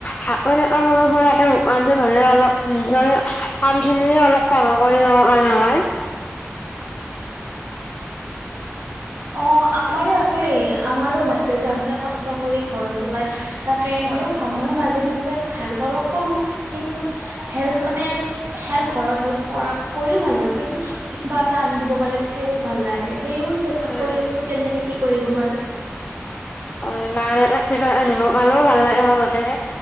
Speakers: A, on the left (about 35°); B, on the right (about 60°).
A: হাতত এটা সৰু সুৰাকে উপাৰ্জন হ'লে অলপ নিজৰ কাম খিনিয় অলপ সহায় কৰি ল'ব কাৰণে হয়।
B: অ' আমাৰো একেই। আমাৰো মা দেউতাহতে কষ্ট কৰি ঘৰ চলাই তাকে মইো ভ ময়ো মাজে মাজে হেল্প অলপ কৰো কিন্তু হেল্প মানে হেল্প ঘৰৰ হেল্প কৰা কৰিও ভাল লাগে কিন্তু কিবা এটা আনি দিব পালে সেও ভাল লাগে সেইও
A: উম
B: কৰি
A: উম
B: আছো কেনেকে কি কৰিব পাৰোঁ।
A: অ' মা দেউতাক কিবা আনিব হ'লেও ভাল লাগে গে মনতে।